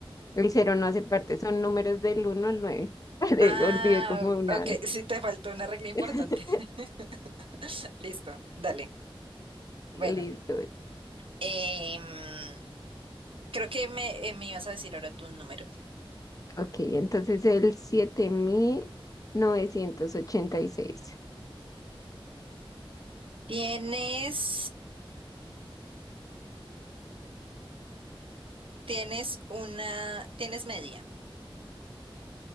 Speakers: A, on the left; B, on the right.
A: El cero no hace parte, son números del uno al nueve <laughs>
B: Ah,
A: Olvidé como una.
B: ok, sí te faltó una regla importante.
A: <laughs>
B: <laughs> Listo, dale.
A: Listo.
B: Bueno, em, creo que me, eh, me ibas a decir ahora tu número.
A: Ok, entonces el siete mil novecientos ochenta y seis.
B: Tienes, tienes una, tienes media.